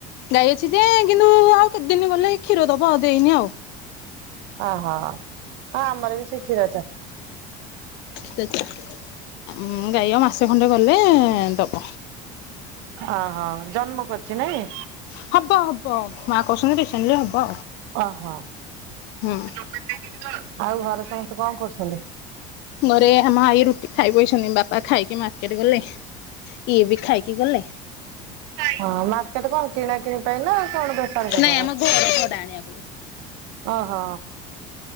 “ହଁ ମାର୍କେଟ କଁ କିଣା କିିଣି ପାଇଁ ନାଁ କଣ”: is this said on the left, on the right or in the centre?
Right